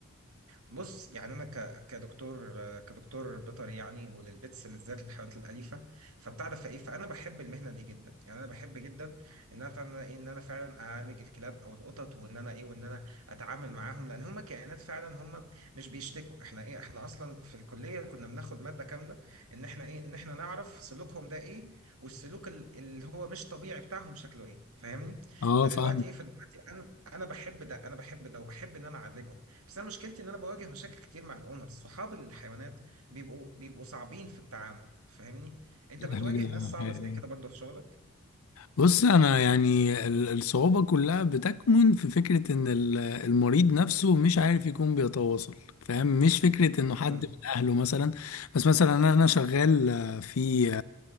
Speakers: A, on the right; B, on the left.
A: بص يعني انا ك... كدكتور كدكتور بيطري يعني وللبيتس بالذات للحيوانات الاليفه فبتاع ده فايه فانا بحب المهنه دي جدا يعني انا بحب جدا ان انا بتاع ده ايه ان انا فعلا اعالج الكلاب او القطط وان انا ايه وان انا اتعامل معاهم لان هم كائنات فعلا هم مش بيشتكوا احنا ايه احنا اصلا في الكليه كنا بناخد ماده كامله ان احنا ايه ان احنا نعرف سلوكهم ده ايه والسلوك ال- اللي هو مش طبيعي بتاعهم شكله ايه فاهمني
B: اه
A: فدلوقتي
B: فاهم
A: ايه فدلوقتي انا انا بحب ده انا بحب ده وبحب ان انا اعالجهم بس انا مشكلتي ان انا بواجه مشاكل كتير مع الاونرز صحاب الحيوانات بيبقوا بيبقوا صعبين في التعامل فاهمني انت بتواجه
B: حاجة حاجة
A: ناس صعبة
B: حقيقية.
A: زي كده برضه في شغلك
B: بص انا يعني ال- الصعوبة كلها بتكمن في فكرة ان ال- المريض نفسه مش عارف يكون بيتواصل فاهم مش فكرة انه حد
A: امم
B: من اهله مثلا بس مثلا انا أنا شغال آه، في